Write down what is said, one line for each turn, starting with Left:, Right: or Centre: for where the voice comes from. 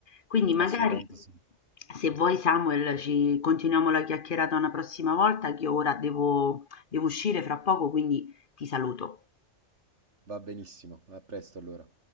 Left: Quindi magari,
Right: Assolutamente sì.
Left: se vuoi Samuel, ci continuiamo la chiacchierata una prossima volta, che io ora devo devo uscire fra poco, quindi ti saluto.
Right: Va benissimo, a presto allora.